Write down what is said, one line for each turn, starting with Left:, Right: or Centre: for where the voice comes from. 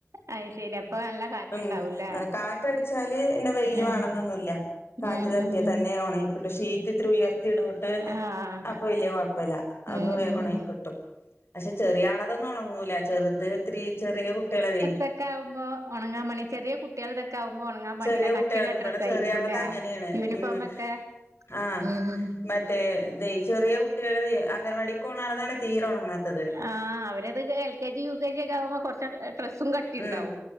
Right: അത് ശെരി അപ്പൊ നല്ല കാറ്റുണ്ടാവൂല്ലേ
Left: ഉഹ് കാറ്റടിച്ചാല് പിന്നെ വെയില്
Right: ഉം
Left: വാണന്നൊന്നില്ല. കാറ്റ്
Right: ഉം
Left: തട്ടിയാ
Right: ഉം
Left: തന്നെ ഒണങ്ങി കിട്ടു ഷീറ്റ് ഇത്തിരി ഉയർത്തി ഇടോണ്ട്
Right: ആഹ്
Left: അപ്പൊ വല്ല്യ കൊഴപ്പല്ല. അപോ
Right: ഉം
Left: വേകൊണങ്ങി
Right: ഉം
Left: കിട്ടും. പക്ഷെ ചെറിയ ആളതൊന്നും ഒണങ്ങൂല ചെറുത് ഇത്തിരി ചെറിയ കുട്ടികളതെ
Right: തക്കാവുമ്പോ ഒണങ്ങാ മണി ചെറിയ കുട്ടികൾത് ക്കാവുമ്പോ ഒണങ്ങാൻ പണ്യാന്.
Left: ചെറിയ കുട്ടികളത്
Right: കട്ടിയുള്ള ഡ്രസ്സ്
Left: ഇവിടെ
Right: ആയിരിക്കു
Left: ചെറിയ ആളത്
Right: ല്ലേ
Left: അങ്ങനെയാണ്
Right: യൂണിഫോമൊക്കെ?
Left: ഉം ആഹ്
Right: ഉം ഉം.
Left: മറ്റേ ഇതെയ് ചെറിയ കുട്ടികൾ തീ അങ്കനവാടിക്കോണാളുതാണ് തീരെ ഒണങ്ങാത്തത്.
Right: ആഹ് അവരത് L K G U K G ഒക്കെ ആവുമ്പോ കൊറ്ച്ച് എ ഡ്രസ്സും കട്ടിണ്ടാവു
Left: ഉം